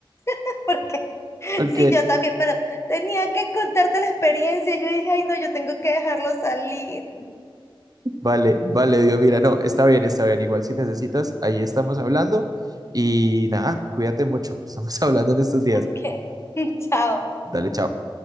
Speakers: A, on the left (about 30°); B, on the right (about 45°).
A: <laughs> porque
B: Ok,
A: sí, yo también, pero tenía que contarte la experiencia. Yo dije, ay, no, yo tengo que dejarlo salir.
B: vale, vale, Dios, mira, no, está bien, está bien. Igual si necesitas, ahí estamos hablando. Y nada, cuídate mucho. Estamos <laughs> hablando en estos días.
A: Ok, <laughs> chao.
B: Dale, chao.